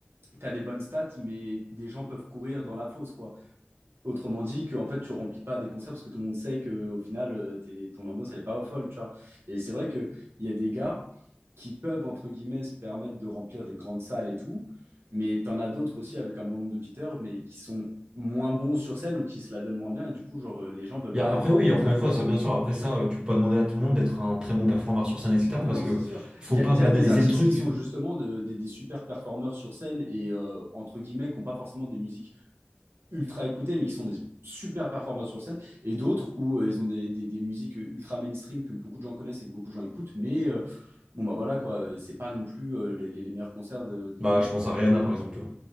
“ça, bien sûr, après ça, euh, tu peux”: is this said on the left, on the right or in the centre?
Right